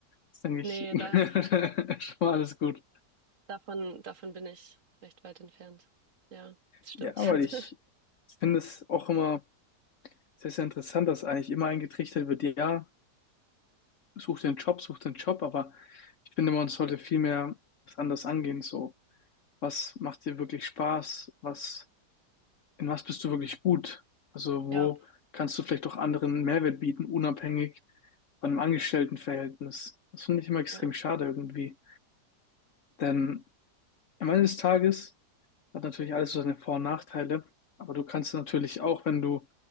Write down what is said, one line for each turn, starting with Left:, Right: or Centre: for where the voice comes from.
Left: ist, eigentlich
Right: nee,
Left: <laughs>
Right: da,
Left: schon mal alles gut.
Right: davon, davon bin ich recht weit entfernt. Ja, das stimmt.
Left: Ja, aber
Right: <laughs>
Left: ich finde es auch immer sehr, sehr interessant, dass eigentlich immer eingetrichtert wird, ja, such den Job, such den Job, aber ich finde, man sollte vielmehr das anders angehen, so. Was macht dir wirklich Spaß? Was in was bist du wirklich gut? Also wo
Right: Ja,
Left: kannst du vielleicht auch anderen Mehrwert bieten, unabhängig von einem Angestelltenverhältnis? Das finde ich immer extrem
Right: ja,
Left: schade irgendwie. Denn am Ende des Tages hat natürlich alles so seine Vor- und Nachteile, aber du kannst natürlich auch, wenn du